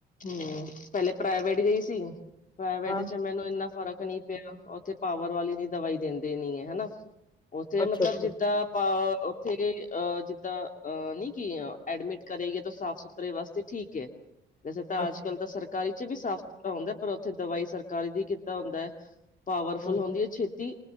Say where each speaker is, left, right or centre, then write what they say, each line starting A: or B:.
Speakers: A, on the left; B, on the left.
A: ਹੁੰ, ਪਹਿਲੇ ਪ੍ਰਾਈਵੇਟ ਗਈ ਸੀ, ਪ੍ਰਾਈਵੇੲਤਤਟ
B: ਹਾਂ
A: ਚ ਮੈਨੂੰ ਇੰਨਾ ਫ਼ਰਕ ਨਹੀਂ ਪਿਆ, ਓਥੇ ਪਾਵਰ ਵਾਲੀ ਨੀ ਦਵਾਈ ਦਿੰਦੇ ਨੀ ਹੈ, ਹੈਨਾ, ਓਥੇ
B: ਅੱਛਾ
A: ਮਤਲਬ
B: ਅੱਛਾ
A: ਜਿੱਦਾਂ ਆਪਾ ਓਥੇ ਗਏ ਅ ਜਿੱਦਾਂ ਅ ਨੀ ਕਿ ਐਡਮਿਟ ਕਰੇਗੇ ਤੋ ਸਾਫ਼ ਸੁਥ ਤਰੇ ਵਾਸਤੇ ਠੀਕ ਏ। ਵੈਸੇ ਤਾਂ
B: ਅੱਛਾ
A: ਅੱਜ ਕੱਲ ਤਾਂ ਸਰਕਾਰੀ ਚ ਵੀ ਸਾਫ਼ ਸੁਥਰਾ ਹੁੰਦੈ, ਪਰ ਓਥੇ ਦਵਾਈ ਸਰਕਾਰੀ ਦੀ ਕਿੱਦਾਂ ਹੁੰਦਾ ਐ ਪਾਵਰਫੁਲ
B: ਹਮ
A: ਹੁੰਦੀ ਹੈ, ਛੇਤੀ,